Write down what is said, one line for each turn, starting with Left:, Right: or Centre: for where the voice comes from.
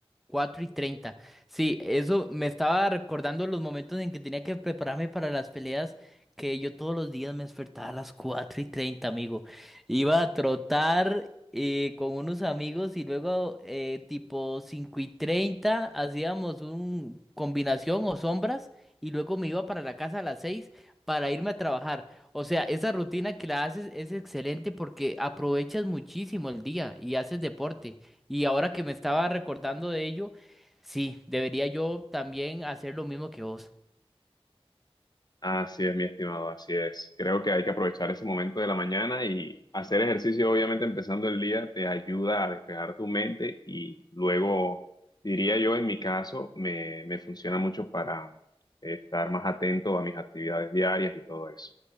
Centre: cuatro y treinta Sí, eso me estaba recordando los momentos en que tenía que prepararme para las peleas, que yo todos los días me despertaba a las cuatro y treinta amigo. Iba a trotar eh, con unos amigos y luego eh, tipo 5 y 30 hacíamos un combinación o sombras y luego me iba para la casa a las 6 para irme a trabajar. O sea, esa rutina que la haces es excelente porque aprovechas muchísimo el día y haces deporte. Y ahora que me estaba recordando de ello, sí, debería yo también hacer lo mismo que vos.
Left: Así es, mi estimado, así es. Creo que hay que aprovechar ese momento de la mañana y hacer ejercicio, obviamente, empezando el día, te ayuda a despejar tu mente y luego, diría yo, en mi caso, me, me funciona mucho para estar más atento a mis actividades diarias y todo eso.